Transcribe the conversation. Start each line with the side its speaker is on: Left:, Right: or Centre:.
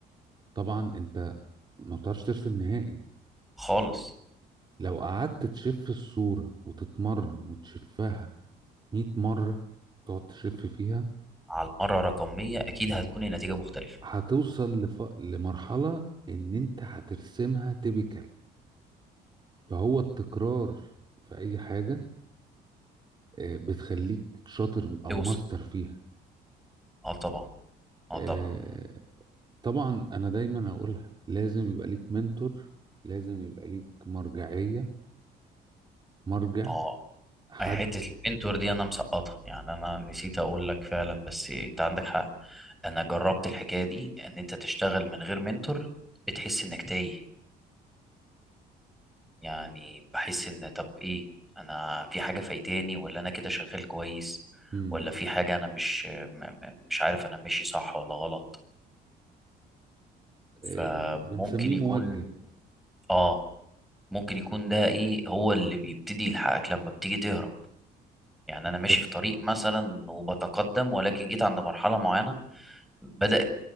Right: طبعا انت ما بتعرفش ترسم نهائي
Centre: خالص
Right: لو قعدت تشف الصورة وتتمرن وتشفها 100 مرة تقعد تشف فيها
Centre: على المرة رقم 100 اكيد هتكون النتيجة مختلفة
Right: هتوصل لف... لمرحلة إن أنت هترسمها تيبيكال فهو التكرار في أي حاجة آه، بتخليك شاطر أو
Centre: توصل
Right: ماستر فيها
Centre: اه طبعا اه
Right: آه،
Centre: طبعا
Right: طبعا أنا دايما أقولها لازم يبقى ليك منتور لازم يبقى ليك مرجعية مرجع
Centre: اه
Right: حد
Centre: أي حتة المنتور دي أنا مسقطها يعني أنا نسيت أقول لك فعلا بس أنت عندك حق أنا جربت الحكاية دي إن أنت تشتغل من غير منتور بتحس إنك تايه يعني بحس إن طب إيه أنا في حاجة فايتاني ولا أنا كده شغال كويس
Right: مم.
Centre: ولا في حاجة أنا مش م- م- مش عارف أنا ماشي صح ولا غلط فممكن
Right: آه، بنسميه
Centre: يكون
Right: موجه
Centre: آه ممكن يكون ده إيه هو اللي بيبتدي يلحقك لما بتيجي تهرب يعني
Right: بالظبط
Centre: أنا ماشي في طريق مثلا وبتقدم ولكن جيت عند مرحلة معينة بدأت